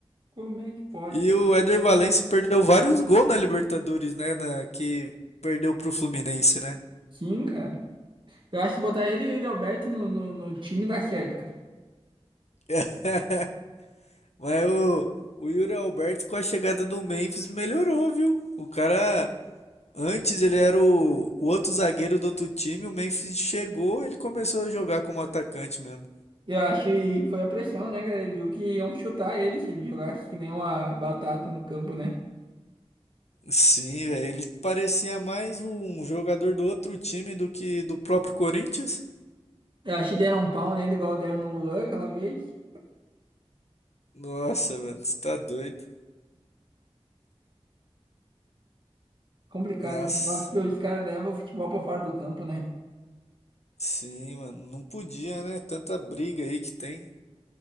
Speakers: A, on the right; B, on the left.
A: Como é que pode?
B: E o Éder Valencia perdeu vários gols na Libertadores, né? na- que perdeu pro Fluminense, né?
A: Sim, cara. Eu acho que botar ele e o Yuri Alberto no, no, no time dá certo, cara.
B: <laughs> Mas o, o Yuri Alberto, com a chegada do Memphis, melhorou, viu? O cara, antes ele era o, o outro zagueiro do outro time, o Memphis chegou, ele começou a jogar como atacante mesmo.
A: Eu acho que foi a pressão, né, cara? Ele viu que iam chutar ele se ele jogasse que nem uma batata no campo, né?
B: Sim, velho, ele parecia mais um jogador do outro time do que do próprio Corinthians.
A: Eu acho que deram um pau nele igual deram no Luan aquela vez.
B: Nossa, mano, você tá doido.
A: Complicado,
B: Mas,
A: a gente gosta que os caras levam o futebol pra fora do campo, né?
B: sim, mano, não podia, né? Tanta briga aí que tem.